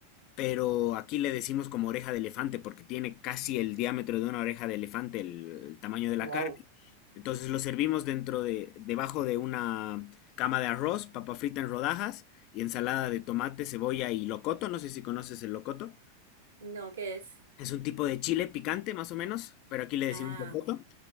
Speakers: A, on the left; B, on the right.
A: pero aquí le decimos como oreja de elefante porque tiene casi el diámetro de una oreja de elefante, el, el tamaño de la
B: Wow.
A: carne. Entonces lo servimos dentro de, debajo de una cama de arroz, papa frita en rodajas y ensalada de tomate, cebolla y locoto. No sé si conoces el locoto.
B: No, ¿qué es?
A: Es un tipo de chile picante, más o menos, pero aquí le decimos
B: Ah,
A: locoto.